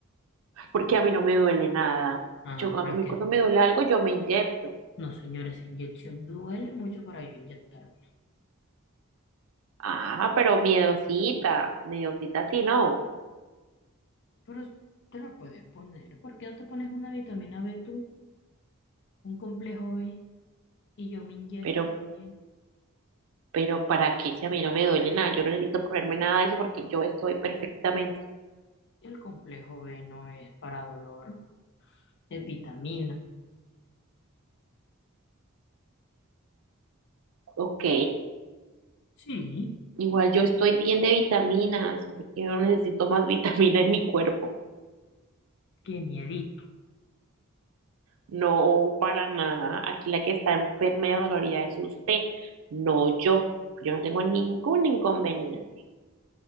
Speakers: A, on the left; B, on the right.
A: sea,
B: porque a mí no me duele nada.
A: Ah,
B: Yo, cuando-
A: pero es
B: a mí
A: que,
B: cuando me duele algo, yo me inyecto.
A: no señores, esa inyección duele mucho para yo inyectarme.
B: Ah, pero miedosita, miedosita sí, no.
A: Pero te la puedes poner, ¿por qué no te pones una vitamina B tú, un complejo B? Y yo me inyecto
B: Pero,
A: también.
B: pero ¿para qué si a mí no me duele nada? Yo no necesito ponerme nada de eso porque yo estoy perfectamente
A: El complejo B no es para dolor, es vitamina.
B: ok.
A: Sí,
B: Igual yo estoy bien de vitaminas, así que yo no necesito más <laughs> vitamina en mi cuerpo.
A: qué miedito.
B: No, para nada. Aquí la que está enferma y dolorida es usted, no yo. Yo no tengo ningún inconveniente.